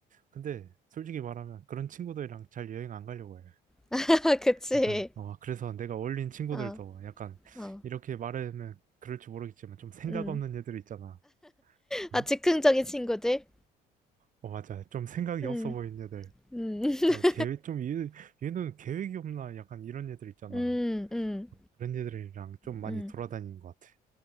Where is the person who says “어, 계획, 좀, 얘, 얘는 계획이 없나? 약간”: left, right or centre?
Right